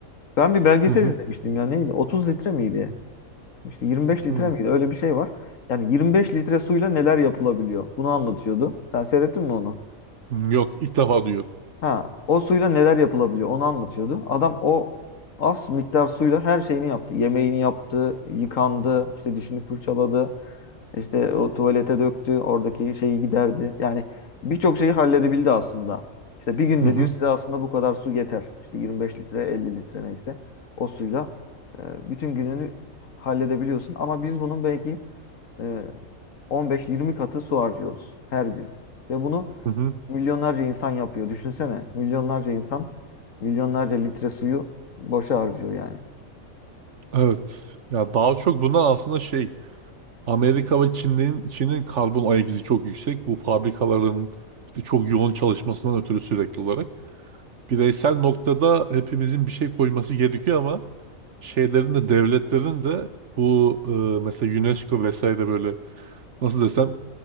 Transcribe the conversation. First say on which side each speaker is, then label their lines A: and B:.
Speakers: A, on the left (about 65°); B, on the right (about 60°).
A: Ben bir belgesel
B: hı hı,
A: izlemiştim ya neydi? 30 litre miydi? İşte 25 litre
B: hı.
A: miydi? Öyle bir şey var. Yani 25 litre suyla neler yapılabiliyor? Bunu anlatıyordu. Sen seyrettin mi onu?
B: Hmm, Yok ilk defa duyuyorum.
A: Ha, o suyla neler yapılabiliyor onu anlatıyordu. Adam o az miktar suyla her şeyini yaptı. Yemeğini yaptı, yıkandı, işte dişini fırçaladı, işte o tuvalete döktü, oradaki şeyi giderdi. Yani birçok şeyi halledebildi aslında. İşte bir günde
B: Hı hı,
A: diyor size aslında bu kadar su yeter. İşte 25 litre, 50 litre neyse o suyla e, bütün gününü halledebiliyorsun. Ama biz bunun belki e, 15-20 katı su harcıyoruz her gün. Ve bunu
B: hı hı.
A: milyonlarca insan yapıyor. Düşünsene. Milyonlarca insan milyonlarca litre suyu boşa harcıyor yani.
B: Evet. Ya daha çok bundan aslında şey Amerika ve Çin'in Çin'in karbon ayak izi çok yüksek. Bu fabrikaların işte çok yoğun çalışmasından ötürü sürekli olarak. Bireysel noktada hepimizin bir şey koyması gerekiyor ama şeylerin de devletlerin de bu e, mesela UNESCO vesaire böyle nasıl desem